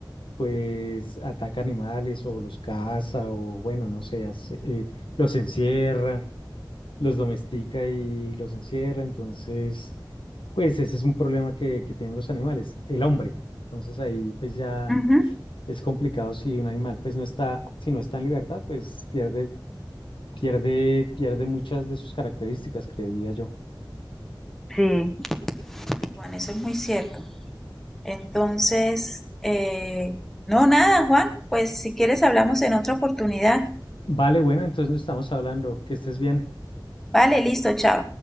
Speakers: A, on the left (about 85°); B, in the centre.
A: pues ataca animales o los caza o bueno, no sé, hace- eh, los encierra, los domestica y los encierra, entonces... Pues ese es un problema que, que tienen los animales, el hombre. Entonces ahí pues ya
B: ujú,
A: es complicado si un animal pues no está, si no está en libertad, pues pierde, pierde, pierde muchas de sus características, creería yo.
B: Sí. Juan, eso es muy cierto. Entonces, eh, no, nada, Juan, pues si quieres hablamos en otra oportunidad.
A: Vale, bueno, entonces no estamos hablando, que estés bien.
B: Vale, listo, chao.